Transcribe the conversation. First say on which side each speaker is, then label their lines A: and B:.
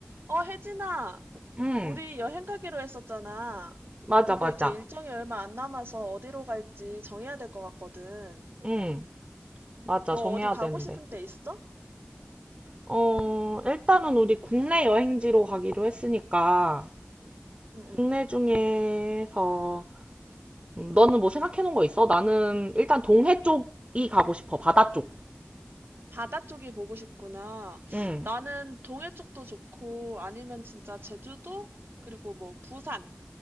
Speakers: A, on the right (about 60°); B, on the right (about 30°).
A: 어, 혜진아,
B: 응,
A: 우리 여행 가기로 했었잖아.
B: 맞아,
A: 그거
B: 맞아.
A: 이제 일정이 얼마 안 남아서 어디로 갈지 정해야 될 것 같거든.
B: 응, 맞아.
A: 너
B: 정해야
A: 어디 가고
B: 되는데.
A: 싶은 데 있어?
B: 어, 일단은 우리 국내 여행지로 가기로 했으니까,
A: 응응.
B: 국내 중에서, 음, 너는 뭐 생각해 놓은 거 있어? 나는 일단 동해 쪽이 가고 싶어. 바다 쪽.
A: 바다 쪽이 보고 싶구나.
B: 응,
A: 나는 동해 쪽도 좋고, 아니면 진짜 제주도? 그리고 뭐 부산.